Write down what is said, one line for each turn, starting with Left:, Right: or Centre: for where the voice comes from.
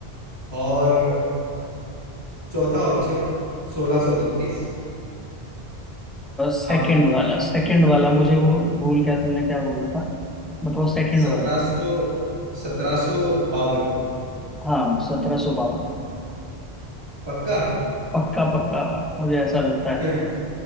Right: और चौथा ऑप्शन सोलह सौ बत्तीस
Centre: सेकंड
Right: आप बताइए
Centre: वाला सेकंड वाला मुझे वो भूल गया तुमने क्या बोला था बताओ सेकंड
Right: सत्रह
Centre: वाला
Right: सौ सत्रह सौ बावन
Centre: हाँ सत्रह सौ बावन
Right: पक्का
Centre: पक्का पक्का मुझे ऐसा लगता
Right: <laughs>
Centre: है